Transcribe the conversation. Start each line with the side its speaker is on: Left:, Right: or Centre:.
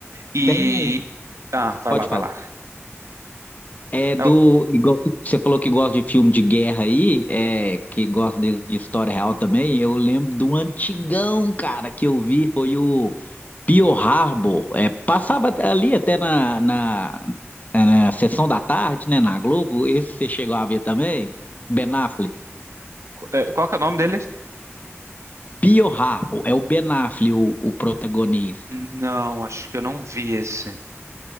Right: E.
Left: Tem um.
Right: Ah, vai
Left: Pode
Right: lá, vai
Left: falar.
Right: lá.
Left: É do.
Right: É o-
Left: igual- você falou que gosta de filme de guerra aí, é, que gosta de, de história real também. Eu lembro do antigão, cara, que eu vi, foi o Pearl Harbor, é, passava ali até na, na, na sessão da tarde, né, na Globo, esse você chegou a ver também? Ben Affleck.
Right: é, Qual que é o nome dele?
Left: Pearl Harbor, é o Ben Affleck o, o protagonista.
Right: Não, acho que eu não vi esse.